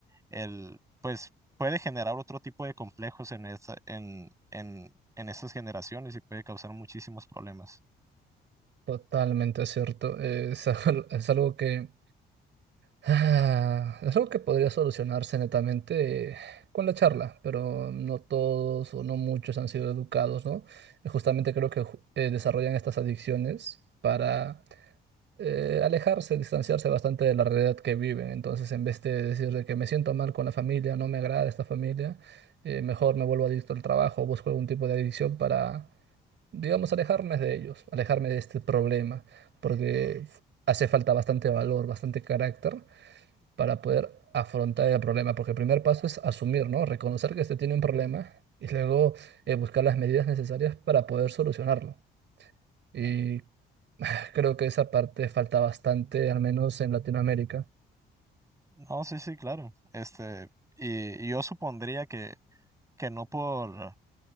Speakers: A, on the right (about 15°); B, on the right (about 65°).
A: el, pues puede generar otro tipo de complejos en esta, en, en, en estas generaciones y puede causar muchísimos problemas.
B: Totalmente cierto. Eh, Es, al- es algo que ah, es algo que podría solucionarse netamente eh, con la charla, pero no todos o no muchos han sido educados, ¿no? Eh, Justamente creo que ju- eh, desarrollan estas adicciones para eh, alejarse, distanciarse bastante de la realidad que viven. Entonces, en vez de decir de que me siento mal con la familia, no me agrada esta familia, eh, mejor me vuelvo adicto al trabajo, busco algún tipo de adicción para digamos, alejarme de ellos, alejarme de este problema, porque hace falta bastante valor, bastante carácter para poder afrontar el problema, porque el primer paso es asumir, ¿no? Reconocer que se tiene un problema y luego eh, buscar las medidas necesarias para poder solucionarlo. Y creo que esa parte falta bastante, al menos en Latinoamérica.
A: No, sí, sí, claro. Este, y, y yo supondría que, que no por,